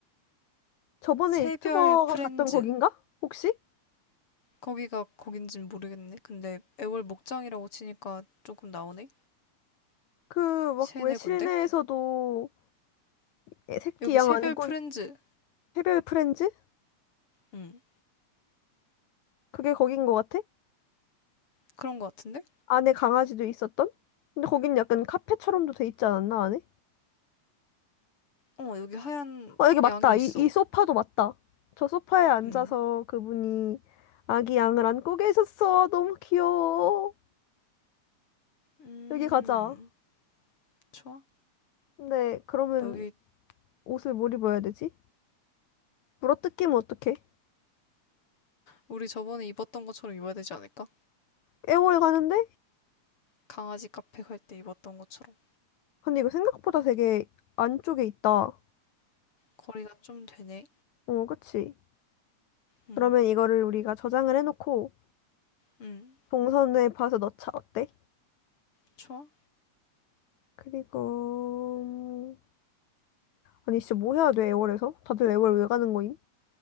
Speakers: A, on the left (about 75°); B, on the left (about 45°).
A: 저번에
B: 새별
A: 유튜버가
B: 프렌즈.
A: 갔던 거긴가 혹시
B: 거기가 거긴진 모르겠네. 근데 애월 목장이라고 치니까 조금 나오네?
A: 그 막
B: 세네
A: 왜 실내에서도
B: 군데?
A: 애- 새끼
B: 여기
A: 양
B: 새별
A: 안고
B: 프렌즈.
A: 해별 프렌즈?
B: 음,
A: 그게 거긴 것 같아?
B: 그런 것 같은데?
A: 안에 강아지도 있었던? 근데 거긴 약간 카페처럼도 돼 있지 않았나, 안에?
B: 어, 여기 하얀
A: 어, 여기 맞다.
B: 양이 있어.
A: 이, 이 소파도 맞다. 저 소파에 앉아서
B: 음,
A: 그분이 아기 양을 안고 계셨어. 너무 귀여워.
B: 음,
A: 여기 가자.
B: 좋아.
A: 근데 그러면
B: 여기
A: 옷을 뭘 입어야 되지? 물어뜯기면 어떡해?
B: 우리 저번에 입었던 것처럼 입어야 되지 않을까?
A: 애월 가는데?
B: 강아지 카페 갈 때 입었던 것처럼.
A: 근데 이거 생각보다 되게 안쪽에 있다.
B: 거리가 좀 되네.
A: 어, 그치?
B: 음,
A: 그러면 이거를 우리가 저장을 해놓고
B: 음,
A: 동선에 봐서 넣자. 어때?
B: 좋아.
A: 그리고 음, 아니 진짜 뭐 해야 돼 애월에서? 다들 애월 왜 가는 거임?